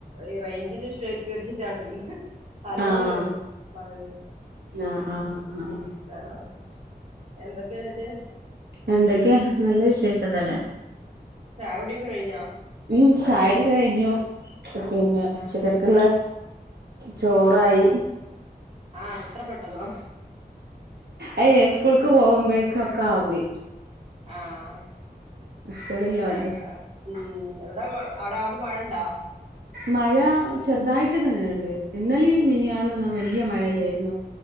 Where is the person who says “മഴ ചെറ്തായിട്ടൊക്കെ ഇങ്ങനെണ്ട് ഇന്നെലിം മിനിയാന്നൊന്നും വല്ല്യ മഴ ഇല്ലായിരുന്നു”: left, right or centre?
Right